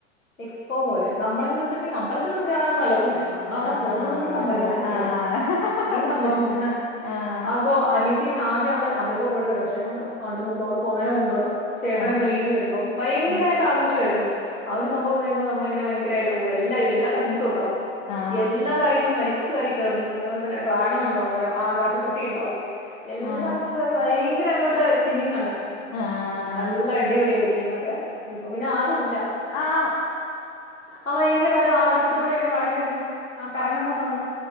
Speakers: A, on the left (about 90°); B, on the left (about 35°).
A: എക്സ്പോ പോലെ നമ്മളെന്ന് വെച്ചട്ടുണ്ടെങ്കിൽ അമ്പലത്തിലൊന്നും കേറാനൊന്നവല്ലാ പോണെ നമ്മളവിടെ
B: ആഹ്
A: പോകുന്നത്
B: ആഹ് ആഹ്
A: ഈ സംഭവങ്ങൾക്കൊക്കെയാണ്
B: അവിടെള്ള ആഹ്
A: ഈ സംഭവങ്ങൾ
B: ശരി ആഹ്
A: അപ്പോ അനിയ ത്തി ആദ്യം അവള് അവളിപ്പോ പോയിട്ട് ഒരുവർഷം ആവുന്നൊള്ളൂ അതിന് മുമ്പ് അവള് പോണേന് മുമ്പ് ചേട്ടനൊക്കെ
B: ആഹ്
A: ലീവിന് വരുമ്പം ഭയങ്കരായിട്ട്
B: ആഹ്
A: ആഘോഷായിരുന്നു ആഹ് ഒരു സംഭവം വരുമ്പോ നമ്മളിങ്ങനെ ഭയങ്കരായിട്ട് പോവും എല്ലാരും എല്ലാ കസിൻസുണ്ടാവും
B: ആഹ്
A: എല്ലാ റൈഡിനുംവലിച്ചുവാരി കേറുന്നു അതേപോലെതന്നെ ഡ്രാഗനുണ്ടാവും അതെ ആ ആകാശത്തൊട്ടിയുണ്ടാവും എല്ലാത്തിനും
B: ആഹ് ആഹ്
A: കേറി ഭയങ്കരങ്ങോട്ട് ചില്ലിങ്ങാണ്
B: ആഹ്
A: നല്ല അടിപൊളിയായിരിക്കും അന്നൊക്കെ ഇപ്പൊ പിന്നെ ആരും ഇല്ല
B: ആഹ്
A: അഹ് ഭയങ്കരായിട്ട് ആകാശത്തി കൂടെ ഇങ്ങനെ കറങ്ങി വരുന്നേ ആഹ് കറങ്ങുന്ന സാദനം